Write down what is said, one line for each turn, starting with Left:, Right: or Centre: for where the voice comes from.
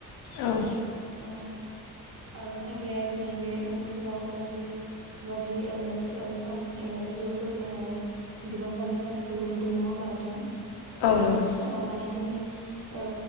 Left: औ
Right: औ आरो खायफाया जोंनिया बे मबाइलफोराव गाज्रि गाज्रि ओ फो सावथुन एबा भिदिअफोर नायनानै गोबां गाज्रि जानायखौबो नुदों नङा होमबा नोंथां
Left: औ नंगौ
Right: औ माने जोंनि ओ